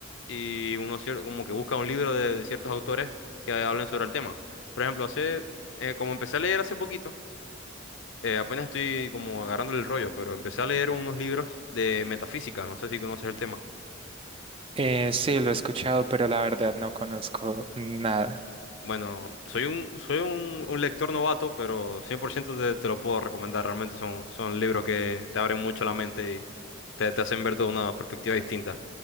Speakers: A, on the left; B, on the right.
A: y uno cier- como que busca un libro de ciertos autores que hablen sobre el tema. Por ejemplo, hace, eh, como empecé a leer hace poquito, eh, apenas estoy como agarrando el rollo, pero empecé a leer unos libros de metafísica, no sé si conoces el tema.
B: Eh, sí, lo he escuchado, pero la verdad no conozco nada.
A: Bueno, soy un, soy un, un lector novato, pero 100% te, te lo puedo recomendar. Realmente son, son libros que te abren mucho la mente y te, te hacen ver toda una perspectiva distinta.